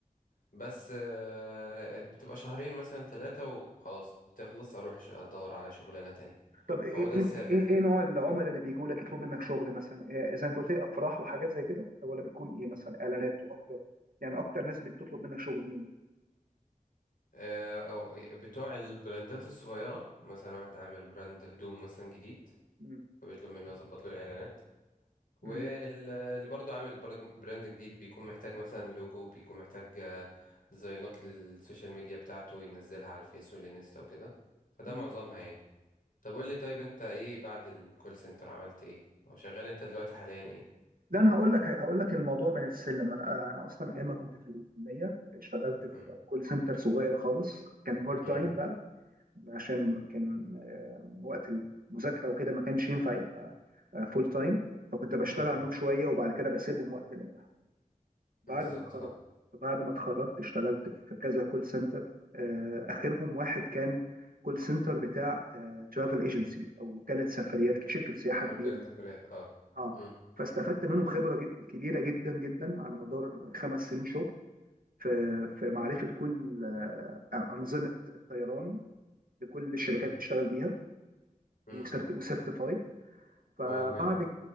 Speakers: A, on the left; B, on the right.
A: بس آه، بتبقى شهرين مثلا ثلاثة وخلاص بتخلص اروح ش- ادور على شغلانة تانية
B: طب ايه
A: فهو ده
B: ايه
A: الثابت
B: ايه,
A: يعني
B: إيه نوع العملاء اللي بيجوا لك يطلبوا منك شغل مثلا إيه زي ما انت قلت لي افراح وحاجات زي كده طب ولا بتكون ايه مثلا اعلانات واكتر يعني اكتر ناس بتطلب منك شغل مين
A: آه، أو- بتوع البراندات الصغيرة مثلا واحد عامل براند هدوم مثلا جديد
B: مم.
A: فبيطلب مني اظبط له الاعلانات واللي
B: مم.
A: برضو عامل برن- براند جديد بيكون محتاج مثلا لوجو بيكون محتاج آه، ديزاينات للسوشيال ميديا بتاعته ينزلها على الفيس والانستا وكده فده
B: مم.
A: معظمها يعني طب قول لي طيب انت ايه بعد الكول سنتر عملت ايه او شغال انت دلوقتي حاليا ايه
B: لا انا هقول لك هقول لك الموضوع من السلم انا انا اصلا ايام ما كنت في الكليه اشتغلت في
A: مم.
B: كول سنتر صغير خالص كان بارت
A: مم.
B: تايم عشان كان آه، وقت المذاكرة وكده ما كانش ينفع يبقى فول تايم فكنت بشتغل
A: مم.
B: عنهم شوية وبعد كده بسيبهم وقت الامتحان بعد
A: بالظبط
B: ما اتخرج
A: اه
B: بعد ما اتخرجت اشتغلت في كذا كول سنتر آه، آخرهم واحد كان كول سنتر بتاع ترافل ايجنسي أو وكالة سفريات شركة سياحة
A: ممكن
B: كبيرة
A: التفريات
B: يعني
A: اه
B: اه
A: مم.
B: فاستفدت منهم خبرة جد كبيرة جدا جدا على مدار خمس سنين شغل في في معرفة كل آه، أنظمة الطيران لكل الشركات
A: مم.
B: بتشتغل بيها
A: مم.
B: وسرت وسيرتيفايد فبعد
A: واو جامد